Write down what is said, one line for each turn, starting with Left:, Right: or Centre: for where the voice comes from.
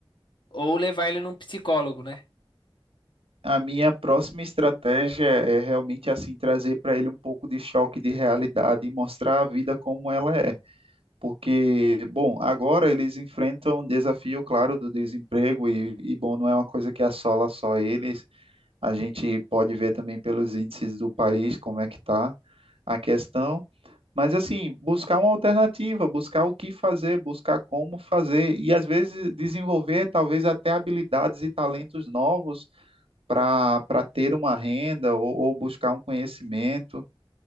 Left: Ou levar ele num psicólogo, né?
Right: A minha próxima estratégia é realmente assim trazer para ele um pouco de choque de realidade e mostrar a vida como ela é. Porque, bom, agora eles enfrentam um desafio, claro, do desemprego e, e, bom, não é uma coisa que assola só eles. A gente pode ver também pelos índices do país como é que está a questão. Mas assim, buscar uma alternativa, buscar o que fazer, buscar como fazer e às vezes desenvolver talvez até habilidades e talentos novos para para ter uma renda ou, ou buscar um conhecimento